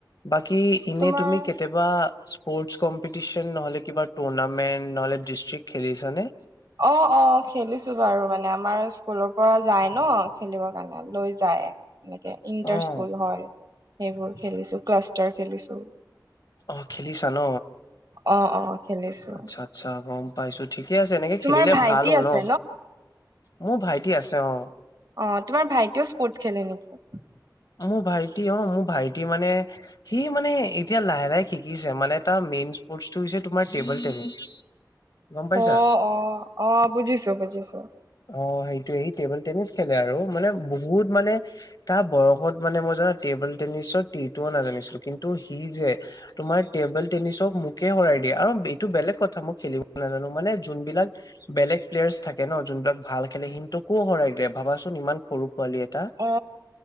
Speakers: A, on the left; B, on the right.
A: বাকী এনে
B: তোমাৰ
A: তুমি কেতিয়াবা স্পৰ্টছ কম্পিটিচন নহলে কিবা টুৰ্নামেন্ট নহলে খেলিছা নে?
B: অ অ খেলিছো বাৰু মানে আমাৰ। স্কুলৰ পৰা যায় ন খেলিবৰ কাৰণে লৈ যায় এনেকে ইণ্টাৰ
A: অ',
B: স্কুল হয়। সেইবোৰ খেলিছো ক্লাষ্টাৰ খেলিছো।
A: অ খেলিছা ন?
B: অ অ খেলিছো।
A: আচ্ছা আচ্ছা গম পাইছো। ঠিকে আছে এনেকে খেলিলে
B: তোমাৰ ভাইটি
A: ভাল হ
B: আছে
A: ন মোৰ ভাইটি আছে অ
B: অ তোমাৰ ভাইটিও স্পৰ্টছ খেলে নেকি?
A: মোৰ ভাইটি অ মোৰ ভাইটি মানে সি মানে এতিয়া লাহে লাহে শিকিছে মানে তাৰ মানে হৈছে তোমাৰ টেবুল টেনিছ গম পাইছা?
B: অ অ অ বুজিছো বুজিছো
A: অ সেইটোয়ে সি টেবুল টেনিছ খেলে আৰু মানে বহুত মানে তাৰ বয়সত মানে মই জান টেবুল টেনিছৰ টি তো নাজানিছিলো, কিন্তু সি যে তোমাৰ টেবুল টেনিছক মোকে হৰাই দিয়া আৰু এইটো বেলেগ কথা মই খেলিব নাজানো মানে যোন বিলাক বেলেগ প্লেয়াৰছ থাকে ন। যোনবিলাক ভাল খেলে সিঁহতকো হৰাই দিয়ে ভাবাচোন ইমান সৰু পোৱালি এটা
B: অ